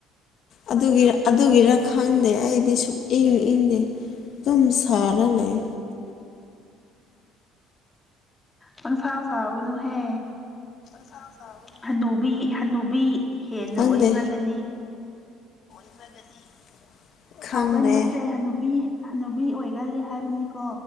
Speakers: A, on the left; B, on the left.
A: ꯑꯗꯨꯒꯤꯔ ꯑꯗꯨꯒꯤꯔ ꯈꯪꯗꯦ ꯑꯩꯗꯤ ꯁꯨꯛ ꯏꯪ ꯏꯪꯗꯦ ꯑꯗꯨꯝ ꯁꯥꯔ ꯂꯩ
B: ꯄꯪꯁꯥ ꯁꯥꯕꯅꯨꯍꯦ
A: <unintelligible>
B: ꯍꯟꯅꯨꯕꯤ ꯍꯟꯅꯨꯕꯤ ꯍꯦꯟꯅ
A: ꯈꯪꯗꯦ
B: ꯑꯣꯏꯕꯗꯅꯤ
A: <inaudible> ꯈꯪꯗꯦ
B: ꯁꯥꯎꯒꯟꯕꯁꯦ ꯍꯅꯨꯕꯤ ꯍꯅꯨꯕꯤ ꯑꯣꯏꯒꯜꯂꯤ ꯍꯥꯏꯕꯅꯤꯀꯣ